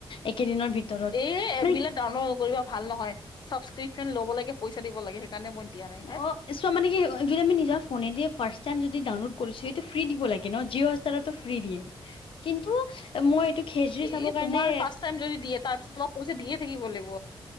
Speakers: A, on the left; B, on the left.
A: একেদিনৰ ভিতৰত
B: এই এপ
A: মানে
B: বিলাক
A: কি
B: ডাউনলোড নকৰিবা ভাল নহয় ছাবস্ক্ৰিশ্যন ল'ব লাগে পইচা দিব লাগে। সেইকাৰণে মই দিয়া নাই হে
A: অ', চোৱা মানে কি যদি আমি নিজ ফোনেদি ফাৰ্ষ্ট টাইম যদি ডাউনলোড কৰিছো এইটো ফ্ৰী দিব লাগে ন জিঅ' ফ্ৰী দিয়ে কিন্তু মই এইটো খেজ
B: এই
A: চাব কাৰণে
B: তোমাৰ ফাৰ্ষ্ট টাইম যদি দিয়ে তাৰ পিছত তোমাৰ পইচা দিয়ে থাকিব লাগিব।